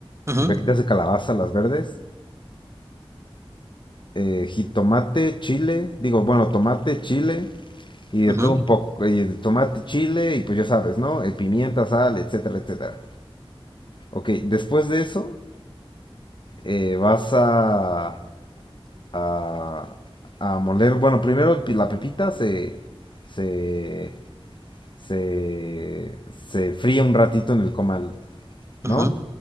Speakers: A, on the right (about 30°); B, on the left (about 55°).
A: Ujú,
B: pepitas de calabaza, las verdes, eh, jitomate, chile, digo, bueno, tomate, chile y de
A: ujú,
B: todo un poco, y de tomate, chile y pues ya sabes, ¿no? Eh, pimienta, sal, etcétera, etcétera. Ok, después de eso eh, vas a, a, a moler, bueno, primero el pi- la pepita se, se, se, se fríe un ratito en el comal,
A: ujú.
B: ¿no?